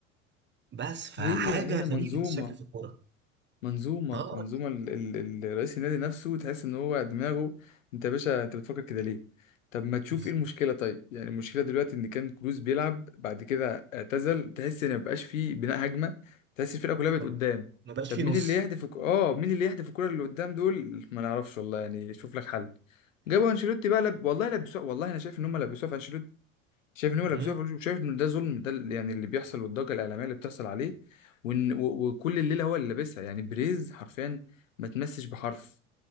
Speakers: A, on the right; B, on the left.
A: بس فحاجه
B: هي هي منظومه
A: غريبه الشكل في الكوره
B: منظومة
A: اه
B: منظومة ال ال ال- رئيس النادي نفسه تحس ان هو دماغه انت يا باشا انت بتفكر كده ليه؟ طب ما تشوف
A: بالظبط
B: ايه المشكلة طيب؟ يعني المشكلة دلوقتي ان كان كروس بيلعب بعد كده اعتزل تحس ان مبقاش فيه بناء هجمة تحس الفرقة كلها
A: خالص
B: بقت قدام
A: ما بقاش
B: طب
A: فيه
B: مين
A: نص
B: اللي يهدف الك- اه مين اللي يهدف الكرة اللي قدام دول؟ ما نعرفش والله يعني شوف لك حل جابوا انشيلوتي بقى لب... والله لبسوه والله انا شايف ان هم لبسوه في شايف ان هو
A: مم.
B: لابسوها فلوس وشايف ان ده ظلم ده ال- يعني اللي بيحصل والضجه الاعلاميه اللي بتحصل عليه وان و- وكل الليله هو اللي لابسها يعني بريز حرفيا ما تمسش بحرف